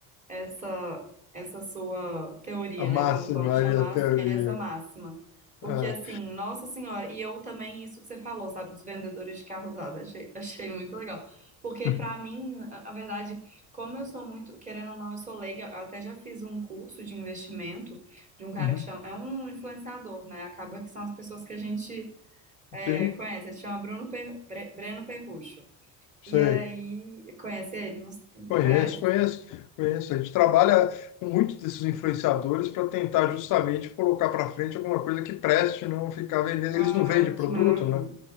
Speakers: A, on the right; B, on the left.
A: essa essa sua teoria,
B: A máxima
A: né? Vamos, vamos chamar
B: e a teoria.
A: assim, essa máxima. Porque
B: É.
A: assim, Nossa Senhora, e eu também isso que você falou, sabe, dos vendedores de carro usado, achei, <laughs> achei muito legal. Porque
B: Uhum.
A: pra mim, a, a verdade, como eu sou muito, querendo ou não, eu sou leiga, eu até já fiz um curso de investimento de um cara
B: <laughs>
A: que chama, é um influenciador, né? Acaba que são as pessoas que a gente é,
B: Sim,
A: conhece, ele chama Bruno Per- Bre- Breno Perrucho.
B: sei.
A: E aí, conhece ele? Não,
B: Conhece,
A: conhece?
B: conhece, conhece. A gente trabalha com muitos desses influenciadores para tentar justamente colocar para frente alguma coisa que preste, não ficar vendendo.
A: Ah,
B: Eles não vendem
A: que
B: produto,
A: maravilha.
B: né?